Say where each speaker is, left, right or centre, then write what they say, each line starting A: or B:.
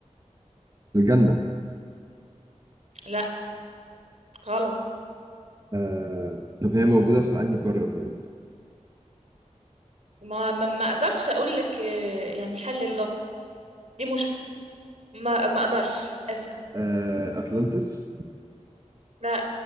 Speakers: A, on the right (about 30°); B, on the right (about 65°).
A: الجنة
B: لا غلط
A: آه، طب هي موجودة في انهي قارة طيب
B: ما ما, ما اقدرش اقول لك آه، يعني حل اللغز دي مش ما ما اقدرش اسفة
A: آه، أتلانتس
B: لا